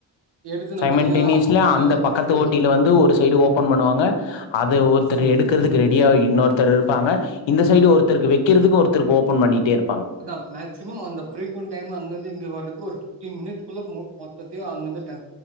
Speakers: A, on the right; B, on the left.
A: எடுத்து நம்ம
B: சைமன்
A: தனியா
B: டென்னிஸ்ல
A: அது தனியா
B: அந்த
A: பண்ண
B: பக்கத்து
A: முடியாது
B: ஓட்டி ல வந்து ஒரு சைடு ஓபன் பண்ணுவாங்க அது ஒருத்தர்
A: ம்
B: எடுக்கிறதுக்கு ரெடியா இன்னொருத்தர் இருப்பாங்க க இந்த சைடு ஒருத்தருக்கு வக்கிறதுக்கு ஒருத்தருக்கு ஓபன் பண்ணிட்டே இரு
A: அதா மேக்சிமம் அந்த பிரீகுவண்ட் டைம் அங்கிருந்து இங்க வர்ற கு ஒரு ஃப்டீன் மினிட்ஸ்குள்ள மொ மொத்ததையு அங்கருந்து ட